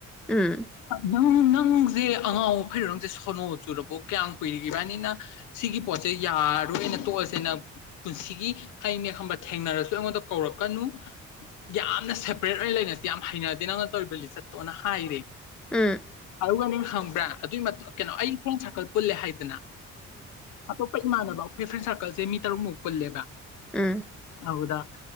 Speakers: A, in the centre; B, on the left.
A: ꯎꯝ
B: ꯅꯪ ꯅꯪꯁꯦ ꯑꯉꯥꯎ ꯑꯐꯩꯔꯪ ꯅꯪꯁꯦ ꯁꯣꯅꯣ ꯆꯨꯔꯥꯕꯣ ꯀꯌꯥꯝ ꯀꯨꯏꯔꯒꯦ ꯏꯕꯅꯤꯅꯥ ꯁꯤꯒꯤ ꯄꯣꯠꯁꯦ ꯌꯥꯔꯣꯏꯅ ꯇꯣꯛꯑꯁꯦꯅ ꯄꯨꯟꯁꯤꯒꯤ ꯍꯥꯏꯅꯦ ꯈꯕ ꯊꯦꯡꯅꯔꯁꯨ ꯑꯩꯉꯣꯟꯗ ꯀꯧꯔꯛꯀꯅꯨ ꯌꯥꯝꯅ ꯁꯦꯄꯔꯦꯠ ꯑꯣꯏꯅ ꯂꯩꯅꯁꯤ ꯌꯥꯝ ꯍꯩꯅꯗꯦ ꯅꯪꯅ ꯇꯧꯔꯤꯕ ꯂꯤꯆꯠꯇꯣꯅ ꯍꯥꯏꯔꯦ
A: ꯎꯝ
B: ꯑꯗꯨꯒꯅꯦ ꯍꯪꯕ꯭ꯔꯥ ꯑꯗꯨꯏ ꯃꯇꯨꯉ ꯀꯩꯅꯣ ꯑꯩ ꯐꯔ꯭ꯦꯟ ꯁꯥꯔꯀꯜ ꯄꯨꯜꯂꯦ ꯍꯥꯏꯗꯅ ꯑꯇꯣꯞꯄ ꯏꯃꯥꯟꯅꯕ ꯐꯔꯦꯟ ꯁꯔꯀꯜ ꯁꯦ ꯃꯤ ꯇꯔꯨꯛ ꯃꯨꯛ ꯄꯨꯜꯂꯦꯕ
A: ꯎꯃ
B: ꯑꯗꯨꯗ